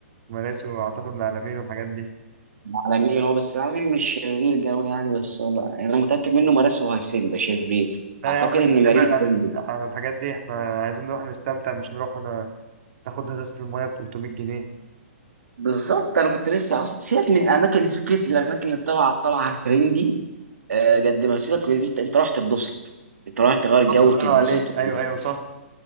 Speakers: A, on the right; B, on the right.
A: مراسي واعتقد العلمين والحاجات دي
B: العالمين هو بس العالمين مش شرير قوي يعني بس لا يعني انا متاكد منه مراسي وهيسندا شرير
A: لا
B: اعتقد
A: يا عم احنا
B: ان مارين
A: نبعد عن
B: برضه.
A: عن الحاجات دي احنا عايزين نروح نستمتع مش نروح ن- ناخد ازازة المية ب 300 جنيه
B: بالظبط انا كنت لسه اصلا سيبك من الاماكن فكره الاماكن اللي طالعه طالعه ترندي آه، قد ما سيبك من انت انت رايح تتبسط انت رايح تغير جو
A: اتفضل
B: وتتبسط
A: الله ينور عليك ايوه
B: و-
A: ايوه صح